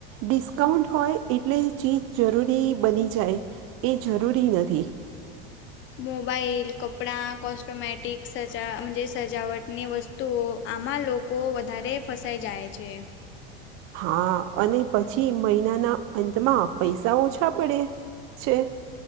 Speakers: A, on the right; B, on the left.
A: ડિસ્કાઉન્ટ હોય એટલે ચીજ જરૂરી બની જાય એ જરૂરી નથી.
B: મોબાઈલ કપડાં કોસ્ટોમટિકસ સજા જે સજાવટની વસ્તુ. તો આમાં લોકો વધારે ફસાઈ જાય છે.
A: હા અને પછી મહિનાના અંતમાં પૈસા ઓછા પડે છે.